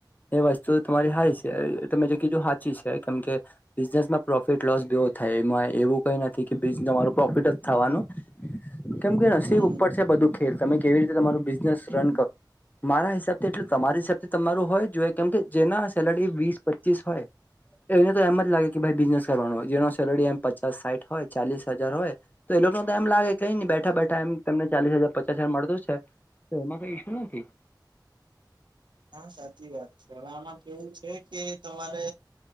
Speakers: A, on the left (about 20°); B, on the right (about 80°).
A: એ વસ્તુ તમારી હાય છે તમે જે કીધું સાચી છે કેમ કે બિઝનેસમાં પ્રોફિટ લોસ બ થાય એમાં એવું કઈ નથી કે બીજ તમારું પ્રોફિટ જ થવાનું કેમ કે નસીબ
B: હમ
A: ઉપર છે બધું ખેલ તમે કેવી રીતે તમારું બિઝનેસ રન કરો મારા હિસાબથી એટલે તમારી હિસાબ તમારું હોય જોએ કેમ કે જેના સેલરી વીસ પચીસ હોય એને તો એમ જ લાગે કે ભાઈ બિઝનેસ કરવાનો હોય જેનો સેલરી એમ પચાસ સાઠ હોય ચાલીસ હજાર હોય તો લોકો તો એમ લાગે કઈ નઈ બેઠા બેઠા એમને ચાલીસ હજાર પચાસ હજાર મળતો છે તો એમાં કઈ ઈશુ નથી
B: હા સાચી વાત છે હવે આમાં કેવું છે કે તમારે